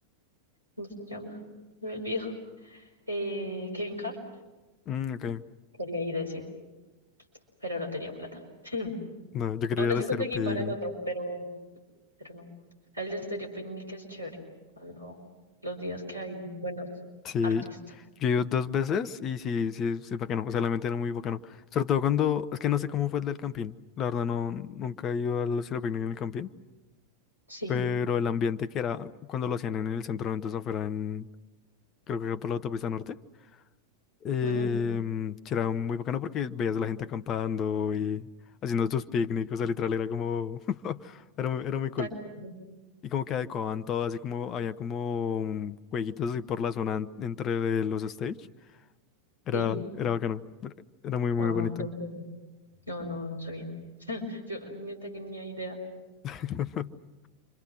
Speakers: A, on the right (about 85°); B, on the left (about 30°).
A: ¿cómo se llama? Me olvido. Eh, Kevin Hart,
B: Mm, ok,
A: quería ir de ese, pero no tenía plata. <laughs>
B: no, yo quería
A: Aún
B: ir
A: así
B: a Estéreo
A: conseguí
B: Picnic.
A: para el otro, pero, pero no. A él de Estéreo Picnic es chévere, cuando los días que hay buenos
B: Sí,
A: artistas.
B: yo he ido dos veces y sí, sí, sí, es bacano, o sea, la mente era muy bacano. Sobre todo cuando, es que no sé cómo fue el del campín, la verdad no, nunca he ido al cielo picnic en el campín,
A: Sí.
B: pero el ambiente que era cuando lo hacían en el centro de eventos afuera en, creo que era por la autopista norte, eh,
A: ujú,
B: sí, era muy bacano porque veías a la gente acampando y haciendo sus picnics, o sea, literal era como, <laughs> era muy, era muy cool.
A: tan chévere,
B: Y como que adecuaban todo, así como había como mm, jueguitos así por la zona en- entre los stage. Era,
A: Sí.
B: era bacano. Era era muy, muy
A: Ah,
B: bonito.
A: tan chévere. No, no, no sabía. Yo ni tenía idea.
B: <laughs>